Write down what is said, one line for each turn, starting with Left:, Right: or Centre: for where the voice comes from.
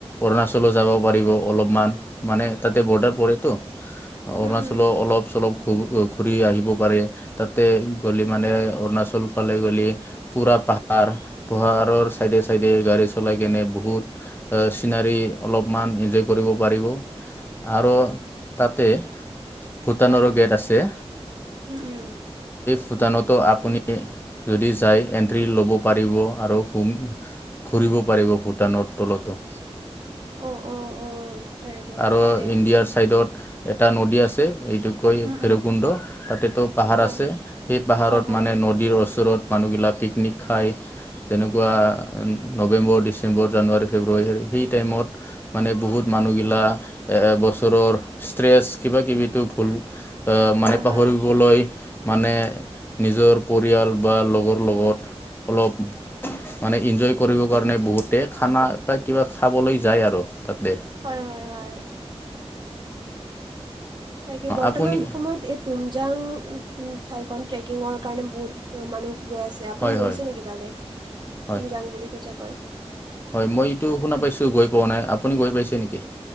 Left: অৰুণাচলো যাব পাৰিব অলপমান মানে তাতে বৰ্ডাৰ পৰেতো অৰুণাচল
Right: উম উম
Left: অলপ চলপ খব ঘূৰি আহিব পাৰে তাতে গ'লে মানে অৰুণাচল ফালে গ'লে পুৰা পাহাৰ পহাৰৰ চাইডে চাইডে গাড়ী চলাই কেনে বহুত চিনাৰী অলপমান এনজয় কৰিব পাৰিব। আৰু তাতে ভূটানৰো
Right: হয়
Left: গেট আছে
Right: উম উম
Left: ভটানতো আপুনি যদি য এটি ল'ব পাৰিব আৰু ঘূৰিব পাৰিব ভূটানৰ তলতো
Right: অঁ অঁ অঁ তাকে
Left: আৰু
Right: ভালেই
Left: ইণ্ডিয়াৰ চাইডত এটা নদী আছে এইট কৈ
Right: উম
Left: ভৈৰৱকুণ্ড
Right: উম
Left: তাতেতো পাহাৰ
Right: হয়
Left: আছে সেই পাহাৰত
Right: হয় হয়
Left: মানে নদীৰ ওচৰত মানুহ গিলা পিকনিক খায় যেনেকুৱা নৱেম্বৰ ডিচেম্বৰ জানুৱাৰী ফেব্ৰুৱাৰী হ সেই টাইমত মানে বহুত মানুহগিলা এ বছৰৰ ষ্ট্ৰেচ কিবা কিবি ভুল আহ মানে
Right: হয়
Left: পাহৰিবলৈ
Right: হয়
Left: মানে নিজৰ পৰিয়াল বা লগৰ লগত অলপ মানে এনজয় কৰিব কাৰণে বহুতে খানা বা কিবা খাবলৈ যায় আৰু। তাতে
Right: হয় হয় হয় তাকে বৰ্তমান
Left: আপুনি
Right: সময়ত এই তুমজাং ঠাইখন ট্ৰেকিঙৰ কাৰণে বহুত মানুহ। গৈ আছিলে আপুনি
Left: হয়
Right: গৈছে
Left: হয়
Right: নেকি তালৈ
Left: হয়
Right: তুমজাং বুলি কৈছে কয়
Left: হয় মই এইটো শুনা পাইছো গৈ পোৱা নাই আপুনি গৈ পাইছে নেকি?